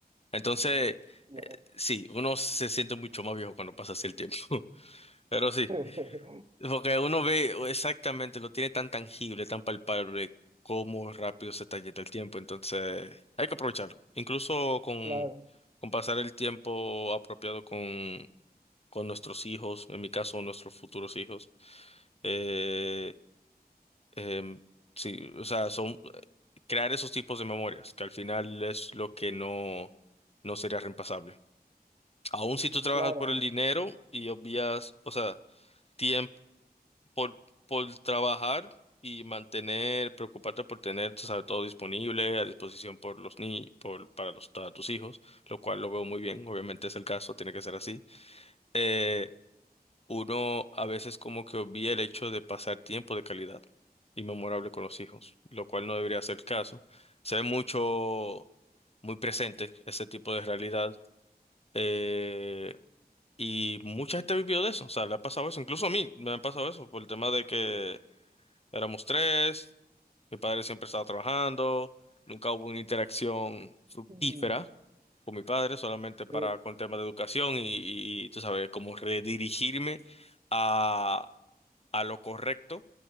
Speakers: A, on the left; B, on the right.
A: Entonces,
B: claro,
A: eh, sí, uno se siente mucho más viejo cuando pasa así el tiempo, <laughs> pero sí.
B: <laughs>
A: Porque uno ve exactamente, lo tiene tan tangible, tan palpable, cómo rápido se talleta el tiempo. Entonces, hay que aprovecharlo. Incluso con,
B: claro,
A: con pasar el tiempo apropiado con, con nuestros hijos, en mi caso, nuestros futuros hijos. Eh, em, sí, o sea, son crear esos tipos de memorias, que al final es lo que no, no sería reemplazable. Aún si tú trabajas
B: claro.
A: por el dinero y obvias, o sea, tiempo por, por trabajar y mantener, preocuparte por tener, tú sabes, todo disponible a disposición por los ni por, para los, para tus hijos, lo cual lo veo muy bien, obviamente es el caso, tiene que ser así. Eh, uno a veces como que obvia el hecho de pasar tiempo de calidad y memorable con los hijos, lo cual no debería ser el caso. Se ve mucho, muy presente ese tipo de realidad. Eh, y mucha gente ha vivido de eso, o sea, le ha pasado eso, incluso a mí me ha pasado eso por el tema de que Éramos tres, mi padre siempre estaba trabajando, nunca hubo una interacción fructífera
B: Mm,
A: con mi padre, solamente para
B: sí,
A: con temas de educación y, y, tú sabes, como redirigirme a, a lo correcto,